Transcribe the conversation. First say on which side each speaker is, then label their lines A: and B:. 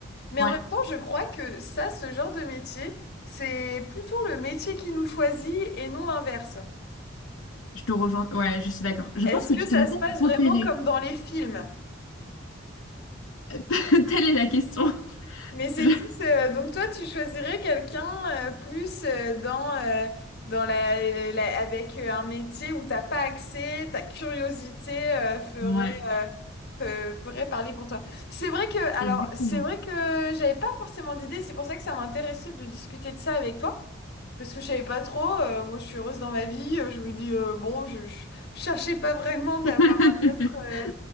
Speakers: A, on the left; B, on the left.
A: Mais
B: Ouais,
A: en même temps, je crois que ça, ce genre de métier, c'est plutôt le métier qui nous choisit et non l'inverse.
B: je te rejoins. Ouais, je suis d'accord. Je
A: Est-ce
B: pense que
A: que
B: tu
A: ça
B: te devais
A: se
B: peut-être
A: passe
B: repérer.
A: vraiment comme dans les films?
B: <laughs> Telle est la question.
A: Mais c'est
B: Je-
A: tous. euh, donc toi, tu choisirais quelqu'un euh, plus euh, dans, euh, dans la, la- avec euh, un métier où t'as pas accès, ta curiosité euh, ferait,
B: Ouais,
A: euh, fe- ferait parler pour toi. C'est vrai que, alors,
B: exactement.
A: c'est vrai que j'avais pas forcément d'idée. C'est pour ça que ça m'intéressait de discuter de ça avec toi. Parce que je savais pas trop, euh, moi je suis heureuse dans ma vie, euh, je me dis, euh, bon, je, je cherchais pas vraiment d'avoir
B: <laughs>
A: un autre, euh,